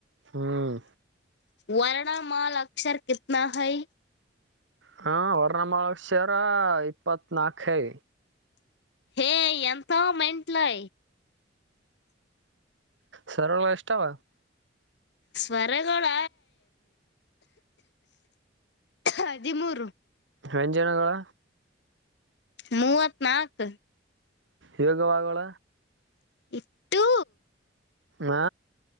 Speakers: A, on the right; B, on the left.
A: ಹ್ಮ್
B: ವರ್ಣ ಮಾಲ ಅಕ್ಷರ ಕತನಾ ಹೈ
A: ಹಾ ವರ್ಣಮಲ ಅಕ್ಷರ ಇಪ್ಪತ್ನಾಕೈ
B: ಹ ಎಂತ ಮೆಂಟಲಯ
A: ಸರಳ ಇಷ್ಟಾವ
B: ಸ್ವರಗೋಳ ಹದಿಮೂರು
A: ವ್ಯಂಜನಗಳ
B: ಮೂವತ್ ನಾಲ್ಕು
A: ಇವಾಗವಾಗಳ
B: ಟ್ಟು
A: ಹ